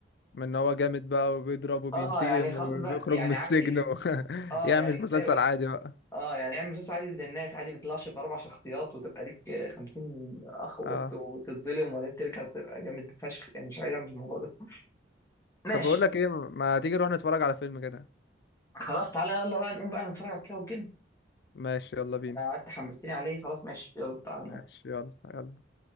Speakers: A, on the left; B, on the left.
A: من ان هو جامد بقى وبيضرب وبينتقم
B: اه يعني خلاص
A: وبيخرج
B: بقى يعني
A: من السجن
B: عادي ف-
A: و... <laughs>
B: اه
A: يعمل
B: يعني كفايه
A: مسلسل
B: بقى
A: عادي بقى
B: اه يعني اعمل مسلسل عادي للناس عادي ما تطلعش باربع شخصيات وتبقى ليك 50 اخ واخت
A: اه
B: وتتظلم وبعدين ترجع تبقى جامد فشخ يعني مش عايز اعمل الموضوع ده <laughs> ماشي
A: طب بقول لك ايه ما تيجي نروح نتفرج على فيلم كده
B: خلاص تعالى يلا بقى نقوم بقى نتفرج على كيرة والجن
A: ماشي يلا بينا
B: آه، قعدت حمستني عليه خلاص ماشي يلا تعالى
A: ماشي
B: نقوم
A: يلا يلا